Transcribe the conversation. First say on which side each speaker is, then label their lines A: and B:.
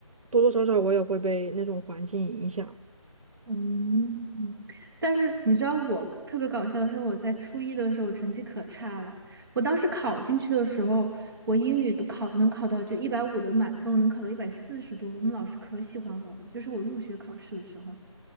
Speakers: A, on the right; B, on the right.
A: 多多少少我也会被那种环境影响。
B: 嗯，但是你知道我特别搞笑的是，我在初一的时候我成绩可差了。我当时考进去的时候，我英语都考能考到就一百五的满分，我能考到一百四十多。我们老师可喜欢我了，就是我入学考试的时候。